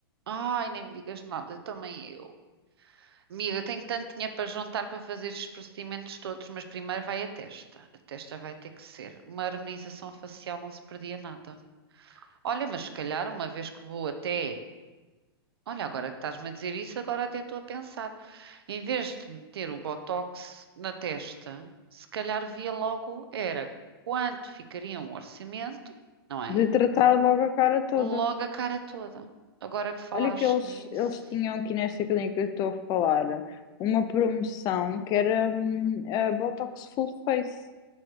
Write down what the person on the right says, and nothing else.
Ai, nem me digas nada, também eu. Amiga, tenho tanto dinheiro para juntar para fazer estes procedimentos todos, mas primeiro vai a testa. A testa vai ter que ser. Uma harmonização facial não se perdia nada. Olha, mas se calhar uma vez que vou até. Olha, agora que estás-me a dizer isso, agora até estou a pensar. Em vez de meter o Botox na testa, se calhar via logo era quanto ficaria um orçamento, não é?
Logo a cara toda. Agora que falaste
nisso.